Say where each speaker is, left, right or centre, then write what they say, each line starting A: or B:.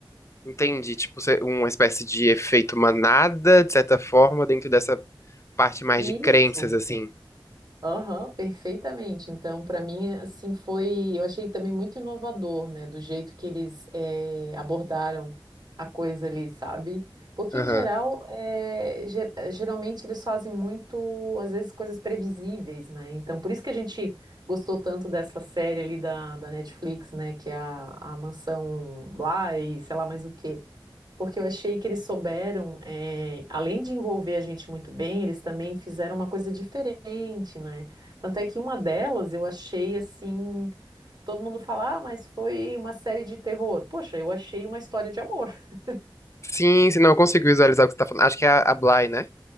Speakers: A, on the left; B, on the right.
A: Entendi, tipo, cê- uma espécie de efeito manada, de certa forma, dentro dessa parte mais
B: Isso.
A: de crenças, assim.
B: Aham, perfeitamente. Então, para mim, assim, foi. Eu achei também muito inovador, né? Do jeito que eles eh, abordaram a coisa ali, sabe? Porque,
A: Aham.
B: em geral, eh, ge- geralmente eles fazem muito, às vezes, coisas previsíveis, né? Então, por isso que a gente gostou tanto dessa série ali da, da Netflix, né? Que é a, a Mansão Bly, sei lá mais o quê porque eu achei que eles souberam, eh, além de envolver a gente muito bem, eles também fizeram uma coisa diferente, né? Tanto é que uma delas eu achei assim, todo mundo fala, ah, mas foi uma série de terror. Poxa, eu achei uma história de amor. <laughs>
A: Sim, se não, eu consigo visualizar o que você tá falando. Acho que é a, a Bly, né?